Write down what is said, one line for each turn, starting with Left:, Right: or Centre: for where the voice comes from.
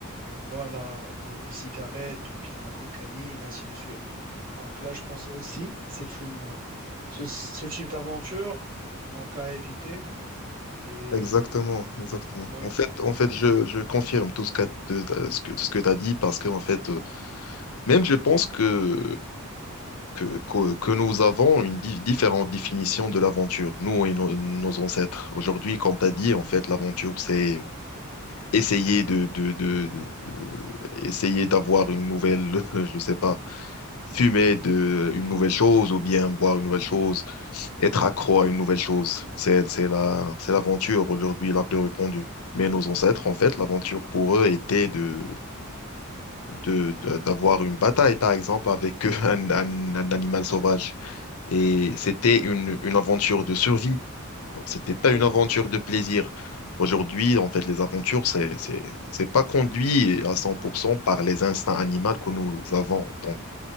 Right: donc voilà euh, les cigarettes ou bien la cocaïne ainsi de suite. Donc là, je pense aussi c'est une euh, ce, ce type d'aventure donc à éviter et
Left: Exactement, exactement.
Right: ouais.
Left: En fait, en fait, je, je confirme tout ce que, ce que, ce que tu as dit parce que, en fait, euh, même je pense que, que, que, que nous avons une di- différente définition de l'aventure, nous et nos, nos ancêtres. Aujourd'hui, comme tu as dit, en fait, l'aventure, c'est essayer de, de, de, de- euh, essayer d'avoir une nouvelle, <laughs> je sais pas, fumer de une nouvelle chose ou bien boire une nouvelle chose, être accro à une nouvelle chose. C'est, c'est la, c'est l'aventure aujourd'hui la plus répandue. Mais nos ancêtres, en fait, l'aventure pour eux était de, de, de- d'avoir une bataille, par exemple, avec <laughs> un, un, un animal sauvage.
Right: Mhm.
Left: Et c'était une, une aventure de survie. Donc, c'était pas
Right: Oui,
Left: une aventure de plaisir. Aujourd'hui, en fait, les aventures, c'est, c'est, c'est pas conduit à 100% par les instincts animaux que nous avons en tant